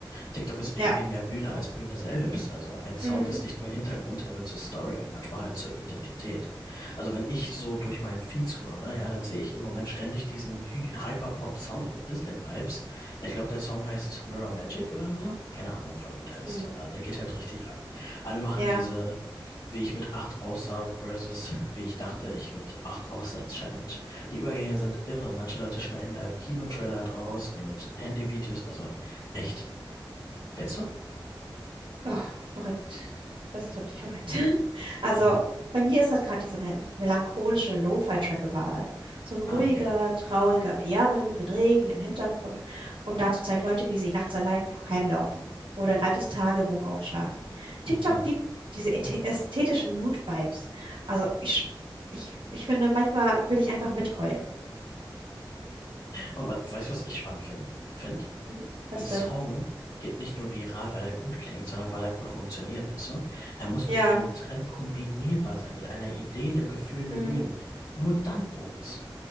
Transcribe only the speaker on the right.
Ja.
Mhm.
Mhm.
Ja.
Oh, verrückt. Das ist wirklich verrückt. <laughs> Also
bei mir ist halt gerade dieser mel- melancholische Lo-Fi-Track überall. So ein ruhiger,
trauriger Piano-Loop mit Regen im Hintergrund. Und dazu zeigen Leute, wie sie nachts allein heimlaufen oder ein altes Tagebuch aufschlagen. TikTok
liebt diese äthe- ästhetischen Mood-Vibes. Also ich, ich, ich finde, manchmal will ich einfach mitheulen.
Hm? Was
denn?
Ja.
Hm?